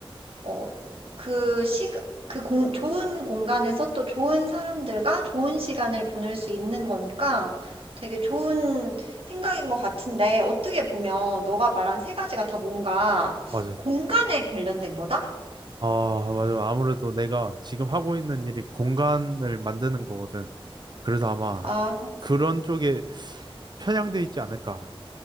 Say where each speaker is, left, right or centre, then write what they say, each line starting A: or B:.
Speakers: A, on the right (about 75°); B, on the right (about 50°).
A: 어, 그 시, 그 공, 좋은 공간에서 또 좋은 사람들과 좋은 시간을 보낼 수 있는 거니까 되게 좋은 생각인 것 같은데 어떻게 보면 너가 말한 세 가지가 다 뭔가
B: 맞아.
A: 공간에 관련된 거다?
B: 아, 맞아. 아무래도 내가 지금 하고 있는 일이 공간을 만드는 거거든. 그래서 아마
A: 아,
B: 그런 쪽에 편향돼 있지 않을까.